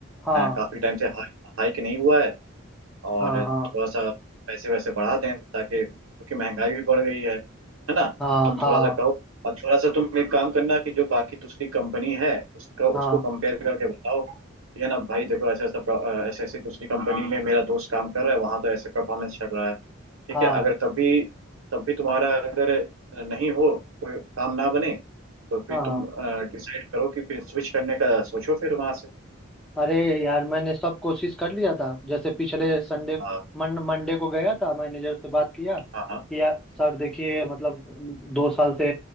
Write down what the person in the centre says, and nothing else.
हाँ
हाँ
हाँ
हाँ
हाँ
हाँ
हाँ
हाँ,
अरे यार मैंने सब कोशिश कर लिया था जैसे पिछले संडे
मन मंडे को गया था मैनेजर से बात किया कि
यार सर देखिए मतलब दो साल से